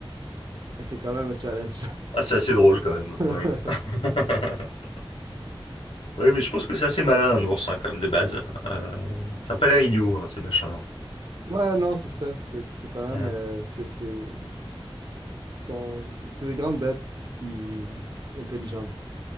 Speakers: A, on the right; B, on the left.
A: Et c'est quand même un challenge.
B: Ah, c'est assez drôle quand même.
A: <laughs>
B: Ouais. <laughs> Ouais, mais je pense que c'est assez malin un ours, hein, quand même, de base. Euh, ça a pas l'air idiot, hein, ces machins-là.
A: Ouais, non, c'est ça. C'est c'est quand même.
B: Ouais.
A: euh, c'est c'est- c'est- sont- c'est des grandes bêtes, puis intelligentes.